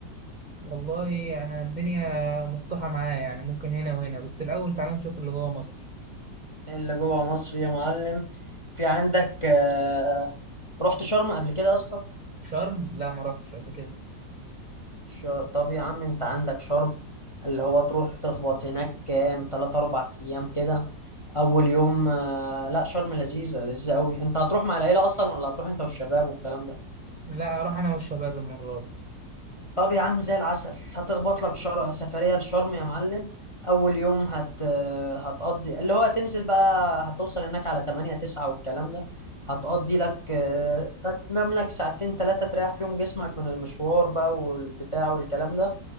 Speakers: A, on the right (about 30°); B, on the left (about 25°).
A: والله انا الدنيا مفتوحة معايا يعني ممكن هنا وهنا بس الاول تعالى نشوف اللي جوه مصر
B: اللي جوه مصر يا معلم في عندك آه، رحت شرم قبل كده يا اسطى
A: شرم لا ما رحتش قبل كده
B: ش- طب يا عم انت عندك شرم اللي هو تروح تخبط هناك كام تلات اربع ايام كده اول يوم آه، لا شرم لذيذة لذيذة قوي انت هتروح مع العيلة اصلا ولا هتروح انت والشباب والكلام ده
A: لا اروح انا والشباب المرة دي
B: طب يا عم زي العسل هتخبط لك شر... سفرية لشرم يا معلم أول يوم هت... هتقضي اللي هو هتنزل بقى هتوصل هناك على 8 9 والكلام ده هتقضي لك آه، هتنام لك ساعتين ثلاثة تريح فيهم جسمك من المشوار بقى والبتاع والكلام ده